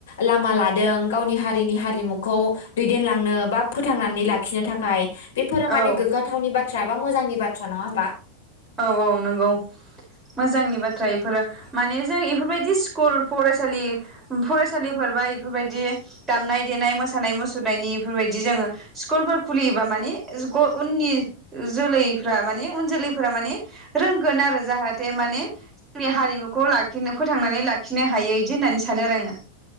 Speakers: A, on the left; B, on the right.
A: लामा लादों गावनि हारिनि हारिमुखौ दैदेनलांनो बा फोथांनानै लाखिनो थाखाय बेफोरो
B: औ
A: माने गोग नि बाथ्रा बा मोजांनि बा नङा होनबा?
B: औ औ नंगौ मोजांनि बाथ्रा इफोरो। माने जों इफोरबायदि स्कुल फरायसालि फरायसालिफोरबा इफोरबायदि दामनाय देनाय मोसानाय मुसुरनायनि बेफोरबायदि जोङो स्कुलफोर खुलियोबा माने ज-ग उननि जोलैफ्रा माने उन जोलै फोरा माने रोंगोन आरो जाहाथे माने जोंनि हारिमुखौ लाखिनो फोथांनानै लाखिनो हायो इदि होननानै सानो आरो आंङो।